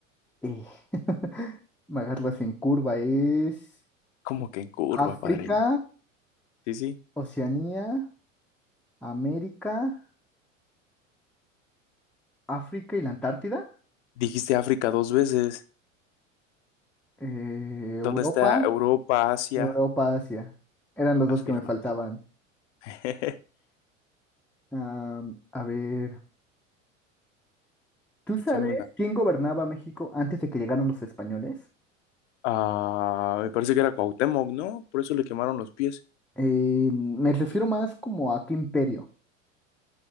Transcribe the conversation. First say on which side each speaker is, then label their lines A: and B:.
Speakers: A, in the centre; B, on the left.
A: Eh, <laughs> me agarras en curva. Es
B: ¿Cómo que en curva,
A: África,
B: padrino? Sí, sí.
A: Oceanía, América, África y la Antártida.
B: Dijiste África dos veces.
A: Eh, Europa,
B: ¿Dónde está Europa, Asia?
A: Europa, Asia. Eran los
B: Afirmativo.
A: dos que me faltaban.
B: <laughs>
A: Am, a ver, ¿tú
B: Échame
A: sabes
B: una.
A: quién gobernaba México antes de que llegaran los españoles?
B: Ah, me parece que era Cuauhtémoc, ¿no? Por eso le quemaron los pies.
A: Eh, me refiero más como a qué imperio.